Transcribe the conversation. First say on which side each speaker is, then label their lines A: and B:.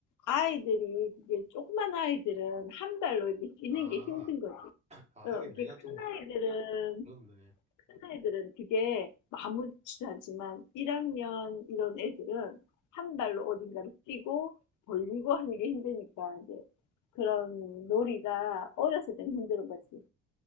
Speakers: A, on the left (about 75°); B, on the right (about 20°).
A: 아이들이, 그게 조그만 아이들은 한 발로 이렇게 뛰는
B: 아,
A: 게 힘든 거지.
B: 아, 하긴
A: 어, 이게
B: 내가
A: 큰
B: 좀,
A: 아이들은
B: 그렇네.
A: 큰 애들은 그게 아무렇지도 않지만 1학년 이런 애들은 한 발로 어딘가를 뛰고 벌리고 하는 게 힘드니까 이제 그런 놀이가 어렸을 때는 힘든 거지.